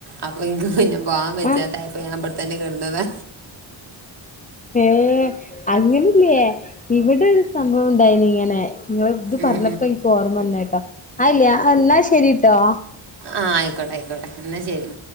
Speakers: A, on the right; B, on the left.
A: അപ്പൊ ഇന്ക്ക് പിന്നെ പോവാൻ വെച്ചാത്തായപ്പോ
B: ആഹ്
A: ഞാൻ ഇവിടെ ത്തന്നെ കിടന്നതാ
B: ഏഹ് അങ്ങനെല്ലയേ ഇവിടെ ഒരു സംഭവം ഉണ്ടായിനി ഇങ്ങനെ നിങ്ങടു ഇത്
A: ഉം
B: പറഞ്ഞപ്പോ എനിക്ക് ഓർമ്മ വന്ന കേട്ടോ അല്ലേ എന്നാ ശരിട്ടോ
A: ആഹ് ആയിക്കോട്ടെ ആയിക്കോട്ടെ എന്നാ ശരി